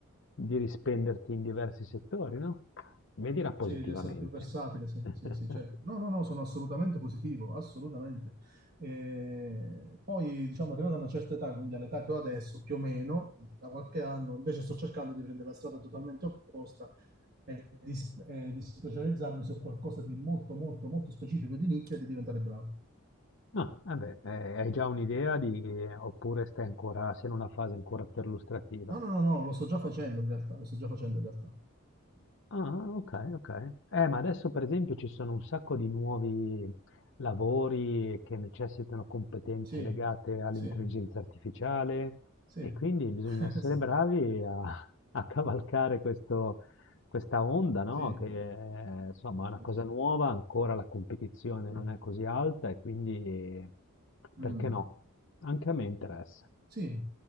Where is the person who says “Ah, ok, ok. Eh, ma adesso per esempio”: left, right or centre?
Left